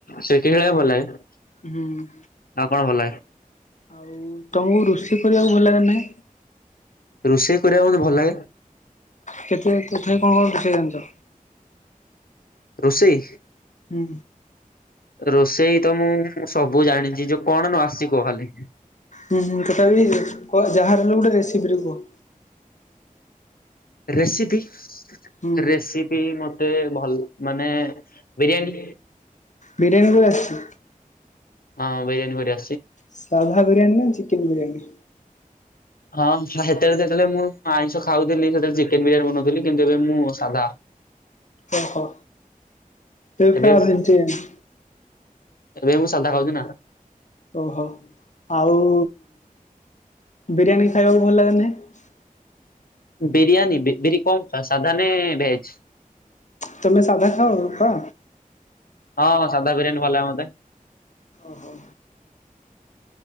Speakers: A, on the left (about 85°); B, on the left (about 55°).
A: ସେ କି ଖେଳେଇବାକୁ ଭଲ ଲାଗେ?
B: ହୁଁ।
A: ଆଉ କଣ ଭଲ ଲାଗେ?
B: ଆଉ ତମୁକୁ ରୋଷେଇ କରିବାକୁ ଭଲ ଲାଗେ ନା ନାଇଁ?
A: ରୁଷେଇ କରିବାକୁ ମୋତେ ଭଲ ଲାଗେ।
B: କେତେ ତଥାପି କଣ କଣ ରୋଷେଇ ଜାଣିଛ?
A: ରୋଷେଇ
B: ହୁଁ।
A: ରୋଷେଇ ତ ମୁଁ ସବୁ ଜାଣିଚି। ଯୋଉ କଣ ନ ଆସିଚି କୁହ ଖାଲି।
B: ହୁଁ ହୁଁ ତଥାପି କ ଯାହାର ହେଲେ ଗୁଟେ ରେସିପି ଟେ କୁହ?
A: ରେସିପି
B: ହୁଁ
A: ରେସିପି ମତେ ଭଲ୍ ମାନେ ବିରିୟାନୀ
B: ବିରିୟାନୀ ପୁରା ଆସିଚି?
A: ହଁ ବିରିୟାନୀ କରିବା।
B: ସାଧା ବିରିୟାନୀ ନା ଚିକେନ ବିରିୟାନୀ?
A: ହଁ ହଁ, ସେତେବେଳେ ଯେତେବେଳେ ମୁଁ ଆଇଁଷ ଖାଉଥିଲି ସେତେବେଳେ ଚିକେନ ବିରିୟାନୀ ବନଉଥିଲି କିନ୍ତୁ ଏବେ ମୁଁ ସାଧା।
B: ଓହୋ। ତେବେ
A: ଏବେ
B: ଆହୁରି ଇଞ୍ଚେଇଆଣି।
A: ଏବେ ମୁଁ ସାଦା ଖାଉଛିି ନା।
B: ଓହୋ ଆଉ ବିରିୟାନୀ ଖାଇବାକୁ ଭଲ ଲାଗେ ନା ନାହିଁ।
A: ବିରିୟାନୀ ବି ବିରି କଣ ସାଧା ନେଇ ଭେଜ୍?
B: ତମେ ସାଧା ଖାଅ ପା।
A: ହଁ ସାଦା ବିରିୟାନୀ ଭଲ ଲାଗେ ମତେ।
B: ଓହୋ।